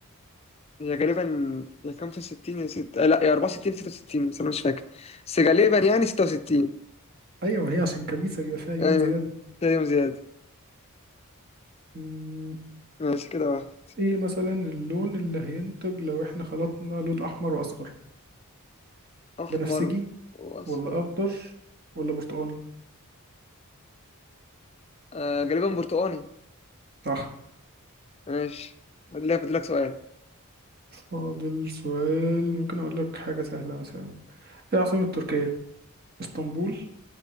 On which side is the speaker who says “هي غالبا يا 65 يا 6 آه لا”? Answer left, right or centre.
Left